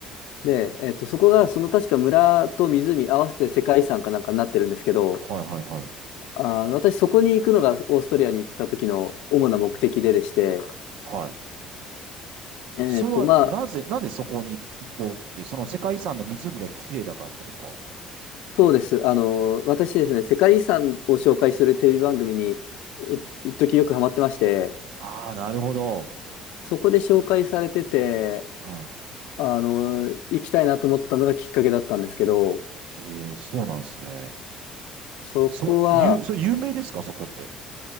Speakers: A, on the left; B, on the right.
A: で、えっと、そこが、その確か村と湖合わせて世界遺産かなんかになってるんですけど、
B: はい、はい、はい。
A: あー、私そこに行くのがオーストリアに行った時の主な目的ででして、
B: はい
A: えっと、
B: それはなぜ、
A: まあ、
B: なぜそこに行行こうって、その世界遺産の湖が綺麗だからってことですか
A: そうです。あの、私ですね、世界遺産を紹介するテレビ番組に、い一時よくハマってまして、
B: ああー、なるほど。
A: そこで紹介されてて、
B: は
A: あの、行きたいなと思ったのがきっかけだったんですけど、
B: い。ええ、そうなんですね。
A: そこは
B: そう、ゆ、それ有名ですか、そこって。